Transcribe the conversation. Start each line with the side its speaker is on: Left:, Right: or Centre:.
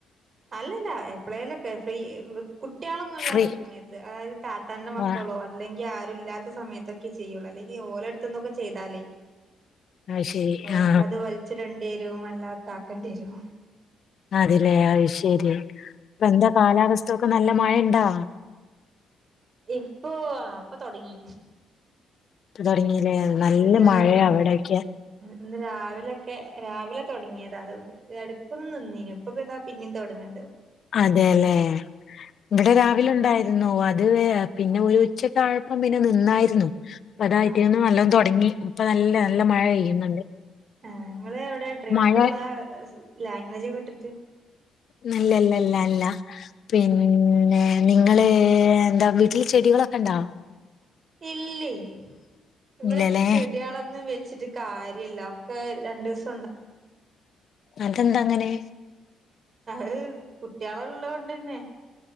Right: അല്ലല്ല എപ്പളേലൊക്കെ ഫ്രീ വ് കുട്ടികളൊന്നും ഇല്ലാത്ത
Left: ഫ്രീ
Right: സമയത്ത് അതായത് താത്താന്റെ മക്കളോ
Left: ആ
Right: അല്ലെങ്കി ആരും ഇല്ലാ സമയത്തൊക്കെ ചെയ്യുള്ളൂ അല്ലങ്കി ഓലോടത്തൊന്നൊക്കെ ചെയ്താലേ
Left: അയ്ശരി
Right: ഓൽക്കത്
Left: ആ
Right: വലിച്ച് രണ്ടേരും അല്ലാ കാക്കണ്ടി വരും
Left: അതെലേ അയ്ശരി ഇപ്പൊന്താ കാലാവസ്ഥൊക്കെ നല്ല മഴയിണ്ടാ
Right: ഇപ്പൊ അപ്പൊ തൊടങ്ങി
Left: ഇപ്പ തുടങ്ങില്ലേ നല്ല
Right: ഇതുവരെ
Left: മഴയ
Right: മഴ
Left: ഇവിടൊക്കെ
Right: ഇന്ന് രാവിലൊക്കെ രാവിലെ തുടങ്ങിയതാ എടക്കും നിന്നിനു ഇപ്പപിന്ന പിന്നേം തുടങ്ങണ്ട്
Left: അതെല്ലേ ഇവിടെ രാവിലെ ഉണ്ടായിരി നോ അത് പിന്നെ ഒരു ഉച്ചക്ക് ആഴപ്പം പിന്നെ നിന്നാരുന്നു അതാ
Right: ആഹ്
Left: ഐറ്റിയെന്നും വല്ലോം തുടങ്ങി ഇപ്പ നല്ല നല്ല മഴ പെയ്യുന്നുണ്ട്
Right: ആ നിങ്ങള് എവിടെ ട്രിവാൻഡ്രിലാ
Left: മഴ
Right: ലാഗ്വേജ് കേട്ടിട്ട്
Left: നില്ലല്ലല്ല അല്ല പിന്നെ നിങ്ങള് എന്താ വീട്ടില് ചെടികളൊക്കെണ്ടാ
Right: ഇല്ലേ ഇവിടെ
Left: ഇല്ലല്ലേ
Right: ചെടികളൊന്ന് വെച്ചിറ്റ് കാര്യയില്ല ഒക്കെ രണ്ടുസം
Left: അതെന്താ അങ്ങനെ
Right: അത് കുട്ടികള് ഉള്ളോണ്ട് തന്നെ